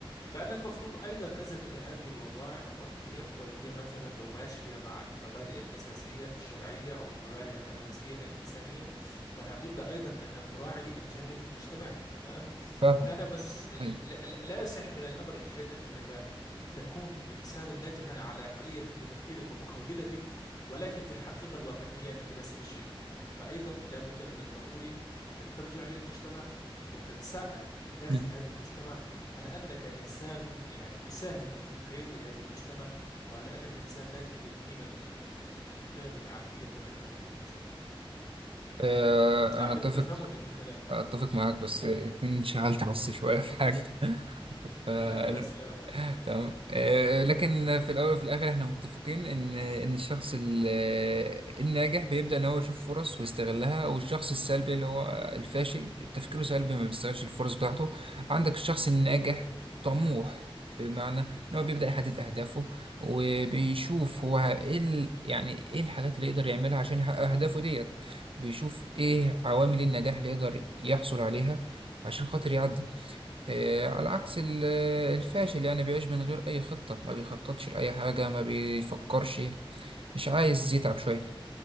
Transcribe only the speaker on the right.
فاهم
أيوه
م.
آه،
أنا أتفق
أتفق معاك بس إكمن انشغلت بس شوية في حاجة
ف...
<laughs> تمام آه، لكن في الاول وفي الاخر احنا متفقين ان ان الشخص ال- آه، الناجح بيبدا ان هو يشوف فرص ويستغلها والشخص السلبي اللي هو الفاشل تفكيره سلبي ما بيستغلش الفرص بتاعته عندك الشخص الناجح طموح بمعنى ان هو بيبدا يحدد اهدافه وبيشوف هو ايه ال- يعني ايه الحاجات اللي يقدر يعملها عشان يحقق اهدافه ديت بيشوف ايه عوامل النجاح اللي يقدر يحصل عليها عشان خاطر يعدي إيه، على عكس
ال- الفاشل يعني بيعيش من غير أي خطة ما بيخططش لأي حاجة ما بيفكرش مش عايز يتعب شوية